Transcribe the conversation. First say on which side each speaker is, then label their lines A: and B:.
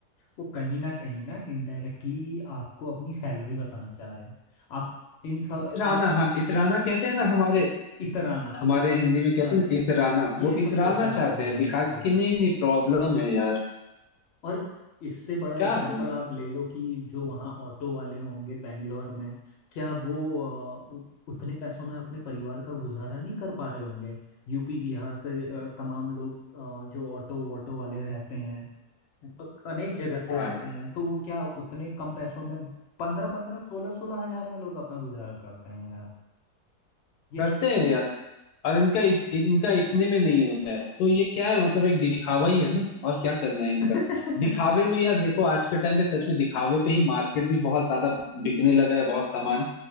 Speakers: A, on the left (about 55°); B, on the left (about 80°).
A: वो कहीं ना कहीं ना इनडायरेक्टली आपको अपनी सैलरी बताना चाह रहे हैं आप इन सब
B: इतराना
A: आप
B: हाँ
A: इ,
B: इतराना कहते हैं ना हमारे
A: इतराना
B: हमारे
A: एक,
B: हिंदी में कहते
A: हाँ
B: हैं ना इतराना
A: ये
B: वो
A: सबसे
B: इतराना
A: अच्छा वर्ड
B: चाहते
A: होगा
B: हैं दिखा
A: इसके
B: के
A: लिए
B: कि नहीं नहीं प्रॉब्लम है यार
A: और इससे बड़ा
B: क्या
A: एग्जाम्पल
B: बोलूं
A: आप ले लो कि जो वहाँ ऑटो वाले होंगे बेंगलोर में क्या वो अ, उ- उतने पैसों में अपने परिवार का गुजारा नहीं कर पा रहे होंगे यूपी बिहार से अ, तमाम लोग अ, जो ऑटो ऑटो वाले रहते हैं तो अनेक जगह से
B: हाँ
A: रहते हैं तो वो क्या उतने कम पैसों में पंद्रह पंद्रह सोलह सोलह हजार में लोग अपना गुजारा करते हैं यार ये
B: करते
A: शुभ
B: हैं यार और इनका इस, इनका इतने में नहीं होता है तो ये क्या है मतलब एक दिखावा ही है ना और क्या करना है
A: <laughs>
B: इनका दिखावे में यार देखो आज के टाइम पे सच में दिखावे पे ही मार्केट भी बहुत ज्यादा बिकने लगा है बहुत सामान